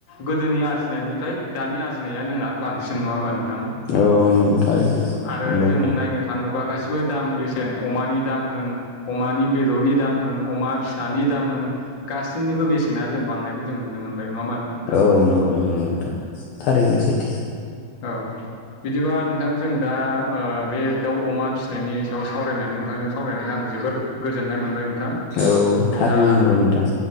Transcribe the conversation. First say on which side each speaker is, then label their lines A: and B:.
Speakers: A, on the left (about 30°); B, on the left (about 75°).
A: गोदोनि आरजिनायनिफ्राय दानि आरजिनाय आरजिनाया जोंना बांसिन नङा होनबा नोंथां?
B: औ नंगौ थारैनो
A: आरो
B: नंगौ
A: जों
B: नोंथां
A: नायनो थाङोबा गासिबो दाम बेसेन अमानि दाम होन अमानि बेदरनि दाम होन अमा फिसानि दाम होन गाससिनिबो बेसेना जों बांनायखौ जों नुनो मोनदों। जाय नङा होनबा नोंथां?
B: औ नंगौ नंगौ नोंथां थारैनो सैथो
A: औ औ। बिदिबा नोंथां जों दा बे दाउ, अमा फिसिनायनि सायाव सावरायनानै नोंथांजों सावरायनानै आं जो जोबोर गोजोननाय मोनबाय नोंथां
B: औ
A: जोंहा
B: थारैनो नंगौ नोंथां